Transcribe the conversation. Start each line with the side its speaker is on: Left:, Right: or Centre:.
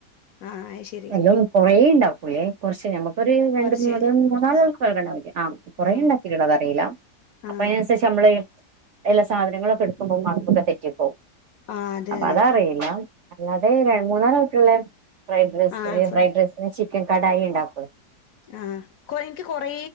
Left: ആ അയ്ശരി
Right: എല്ലവും കൊറേണ്ടാ പുള്ളെ കൊറച്ച് നമ്മക്കൊരു രണ്ട്,
Left: കൊറച്ച്
Right: മൂന്ന് മൂന്നാലാൾക്ക് വേകാനാവൂലെ ആഹ് കൊറെ
Left: ആ
Right: ഉണ്ടാക്കീട്ടുള്ളതറീല്ല.
Left: ആ
Right: അപ്പൊ അയ്നനുസരിച്ചമ്മള് എല്ലാ സാധനങ്ങളൊക്കെ എടുക്കുമ്പോ മാർകൊക്കെ തെറ്റിപ്പോവും.
Left: ആ അതെ
Right: അപ്പൊ
Left: അതെ
Right: അതറീല്ല അല്ലാതെ രണ്ട് മൂന്നാലാൾക്ക്ള്ളെ ഫ്രൈഡ് റൈസ്
Left: ആ
Right: ഹ്
Left: ഫുൾ
Right: ഫ്രൈഡ് റൈസിന് ചിക്കൻകടായി ഉണ്ടാക്കൊള്ളൂ.
Left: ആഹ് കൊ എനിക്ക് കൊറേ